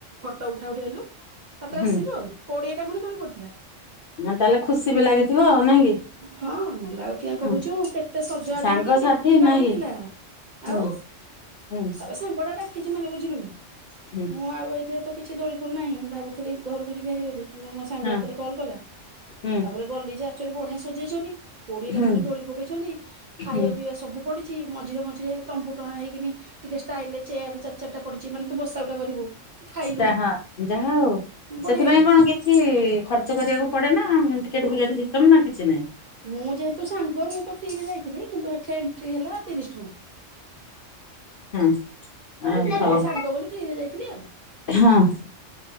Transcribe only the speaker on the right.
ଫଟୋ ଉଠା ଉଠି ହେଲୁ ତାପରେ
ଆସିଲୁ ଆଉ କୋଡ଼ିଏଟା ଖଣ୍ଡେ ଦୋଳି ପଡିଥିଲା।
ହଁ ମଲା ଆଉ କିଆଁ କହୁଚୁ
କେତେ ସଜାବାଜ
ହଉ କି କେତେ
ଗାଡ଼ି
ଥିଲା।
ଆଉ
ତାପରେ ସାଙ୍ଗ ଟା ଡାକିଚି ମାନେ ବୁଝିଲୁ କି?
ମୁଁ ଆଉ ଏଇଠେ ତ କିଛି ଦୋଳି ଫୋଳି ନାଇଁ ମୁଁ ଭାବୁ ଥିଲି ଘରକୁ ଯିବି ଭାରି ବୋଲି କିନ୍ତୁ ମୋ ସାଙ୍ଗ
ଯେତବଳେ କଲ କଲା
ତାପରେ ଗଲି ଯେ ଆ ଆକ୍ଚୁଆଲି ବଢ଼ିଆ ସଜେଇଚନ୍ତି କୋଡ଼ିଏଟା
ଖଣ୍ଡେ ଦୋଳି ପକେଇଛନ୍ତି ଖାଇବା
ପିଇବା ସବୁ ପଡିଚି ମଝିରେ ମଝିରେ ତମ୍ବୁ ଟଣା ହେଇକିନି ଟିକେ ଷ୍ଟାଇଲ୍ ରେ ଚେୟାର୍ ଚାରି ଚାରିଟା ପଡିଚି ମାନେ ତୁ ବସା ଉଠା କରିବୁ। ଖାଇଲୁ
ବଢିଆ ହେଇଥିଲା
ମୁଁ ଯେହେତୁ ସାଙ୍ଗ ମୁଁ ତ ଫ୍ରି ରେ ଯାଇଥିଲି କିନ୍ତୁ ଏଠେ ଏଣ୍ଟ୍ରି ହେଲା ତିରିଶ୍ ଟଙ୍କା।
ମୁଁ ସାଙ୍ଗ ବୋଲି ଫ୍ରିରେ ଯାଇଥିଲି ଆଉ